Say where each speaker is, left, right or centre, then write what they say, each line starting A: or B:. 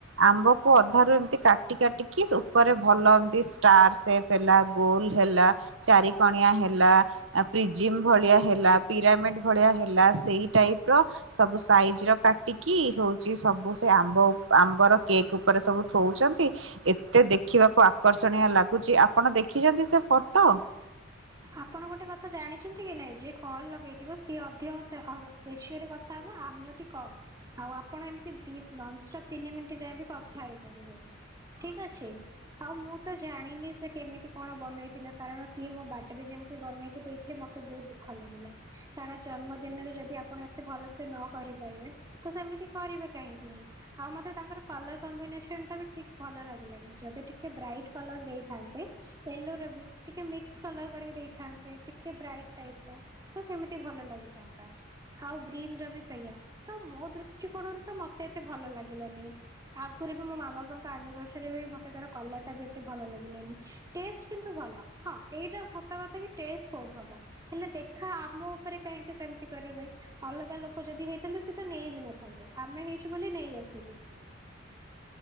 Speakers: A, on the right (about 75°); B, on the right (about 15°).
A: ଆମ୍ବକୁ ଅଧାରୁ ଏମତି କାଟି କାଟିକି ଉପରେ ଭଲ ଏମତି ଷ୍ଟାର୍ ସେପ୍ ହେଲା ଗୋଲ ହେଲା ଚାରିିକଣିଆ ହେଲା ଆଉ ପ୍ରିଜିମ୍ ଭଳିଆ ହେଲା ପିରାମିଡ୍ ଭଳିଆ ହେଲା ସେଇ ଟାଇପର ସବୁ ସାଇଜର କାଟିି କି ହଉଛି ସବୁ ସେ ଆମ୍ବ ଆମ୍ବର କେକ୍ ଉପରେ ସବୁ ଥଉଛନ୍ତି ଏତେ ଦେଖିବାକୁ ଆକର୍ଷଣୀୟ ଲାଗୁଛି ଆପଣ ଦେଖିଛନ୍ତି ସେ ଫଟୋ
B: ଆପଣ ଗୋଟେ କଥା ଜାଣିଛନ୍ତି କି ନାଇଁ ଯେ କଲ ଲଗେଇଥିବ ସିଏ ଅଧିକ ରେସିଓରେ କଥା ହବ ଅନ୍ୟଟି କମ୍ ଆଉ ଆପଣ ଏମତି ନପ୍ ତିନି ମିନିଟ ଯାଇ କଥା ହେଇପାରିବେନି ଠିକ ଅଛି ଆଉ ମୁଁ ତ ଜାଣିନି ସେ କେମିତି କଣ ବନେଇଥିଲା କାରଣ ସିଏ ମୋ ଯେମିତି ବନେଇକି ଦେଇଥିଲେ ମତେ ବହୁତ ଦୁଃଖ ଲାଗିଲା କାରଣ ଜନ୍ମ ଦିନରେ ଯଦି ଆପଣ ଏତେ ଭଲ ସେ ନ କରିପାରିବେ ତ ସେମତି କରିବେ କାହିଁକି ହିଁ ଆଉ ମତେ ତାଙ୍କର କଲର କମ୍ବିନେସନ ଟା ବିିକ ଭଲ ଲାଗିଲାନି ଯଦି ଟିକେ ବ୍ରାଇଟ୍ କଲର ଦେଇଥାନ୍ତେ ୟେଲୋ ର ବି ଟିକେ ମିକ୍ସ ଦେଇଥାନ୍ତେ ଟିକେ ବ୍ରାଇଟ ର ତ ସେମିତି ଭଲ ଲାଗିଥାନ୍ତା ଆଉ ଗ୍ରୀନ ର ବି ସେଇଆ ତ ମୋ ଦୃଷ୍ଟିକୋଣରୁ ତ ମତେ ଏତେ ଭଲ ଲାଗିଲାନି ଆଗରୁ ବି ମୋ ମାମ ବାପାଭରୀ ମତେ ତ ଟାତ ଭଲ ଲାଗିଲାନ କି ଭଲ ହଁ ଏଇଟା କଥା କି ଟଷ୍ଟ ବହୁତ ଭଲ ହେଲେ ଦେଖା ଆମ ଉପରେ କାହିଁକି ସେମତି କରିବେ ଅଲଗା ଲୋକ ଯଦି ହେଇଥାନ୍ତେ ସେ ତ ନେଇ ବି ନଥାନ୍ତେ ଆମେ ହେଇଛୁ ବୋଲି ନେଇ ଆସିଲୁ।